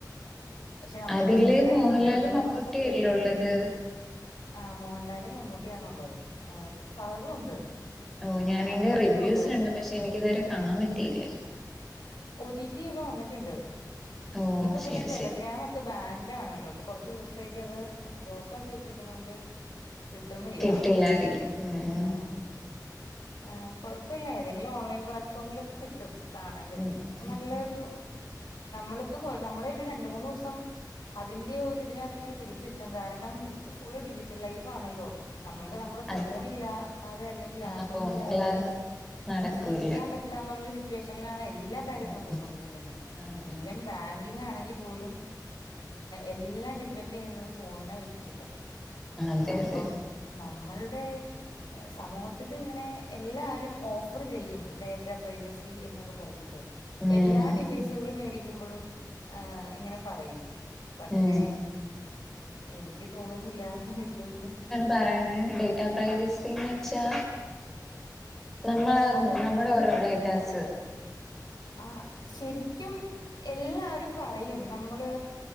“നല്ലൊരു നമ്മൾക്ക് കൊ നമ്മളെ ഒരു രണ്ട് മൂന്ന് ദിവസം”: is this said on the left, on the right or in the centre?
Left